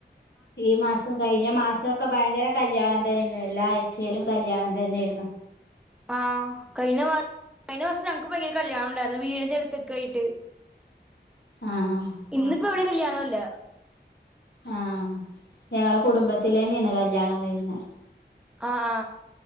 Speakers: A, on the left; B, in the centre.
A: ഈ മാസോം കഴിഞ്ഞ മാസോംക്കെ ഭയങ്കര കല്യാണം തന്നെ എല്ലാ ആഴ്ചയിലും കല്യാണം തന്നെയായിരുന്നു
B: ആ കഴിഞ്ഞ മാ കഴിഞ്ഞ മാസം ഞങ്ങക്ക് ഭയങ്കര കല്യാണം ഉണ്ടായിരുന്നു വീടിന്റെ അടുത്തൊക്കെയിട്ട്
A: ആഹ്
B: ഇന്നിപ്പോ ഇവിടെ കല്യാണം ഇല്ല
A: ആ ഞങ്ങളെ കുടുംബത്തിലെ ന്നെയാണ് കല്യാണം വരുന്ന ന
B: ആ ആ